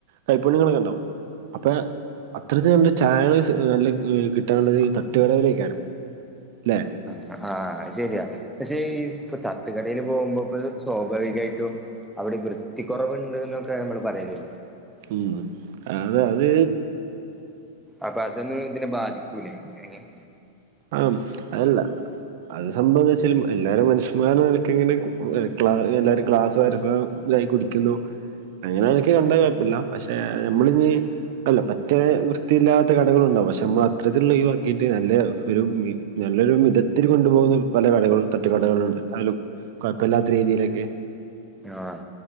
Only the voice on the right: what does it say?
കൈപുണ്യങ്ങളൊക്കെണ്ടോ അപ്പ അത്രത്തി നല്ല ചായകള് നല്ല ഏ കിട്ടാനുള്ളത് ഈ തട്ടുകടയിലേക്കാരം അല്ലെ
ഇം അതത്
ആഹ് അതല്ല അത് സംഭവന്നെച്ചാല് എല്ലാരും മനുഷ്യമാരെക്കിങ്ങനെ ഏക് ക്ലാ എല്ലാരും ക്ലാസ് വരുമ്പ ഇതായി കുടിക്കുന്നു അങ്ങനേണങ്കിക്കണ്ടാ കൊഴപ്പ്ല്ല പക്ഷേ നമ്മളിനി അല്ല പറ്റേ വൃത്തിയില്ലാത്ത കടകളുണ്ടാവും പക്ഷെ നമ്മ അത്തരത്തിൽള്ള ഒയിവാക്കീട്ട് നല്ലെ- ഒരു നല്ലൊരു മിതത്തിൽ കൊണ്ടുപോകുന്ന പല കടകളും തട്ടുകടകളുണ്ട് അതിലും കോഴ്പ്പല്ലാത്ത രീതിയിലൊക്കെ